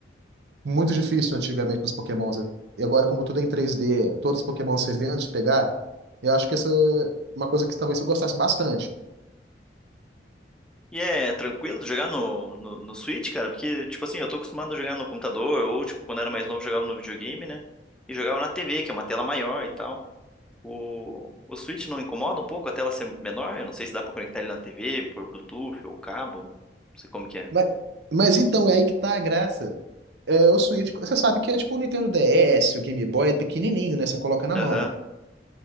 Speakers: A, on the right; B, in the centre.
A: muito difícil antigamente nos Pokémons. E agora, como tudo é em três d todos os Pokémon você vê antes de pegar, eu acho que essa é uma coisa que talvez eu gostasse bastante.
B: E é tranquilo de jogar no, no, no Switch, cara? Porque, tipo assim, eu tô acostumado a jogar no computador, ou, tipo, quando era mais novo, jogava no videogame, né? E jogava na TV, que é uma tela maior e tal. O, o Switch não incomoda um pouco a tela ser menor? Eu não sei se dá pra conectar ele na TV, por Bluetooth ou cabo, não sei como que é.
A: Mas, mas então, é aí que tá a graça. É, o Switch, você sabe que é tipo o Nintendo DS, o Game Boy é pequenininho, né? Você coloca na
B: Aham.
A: mão.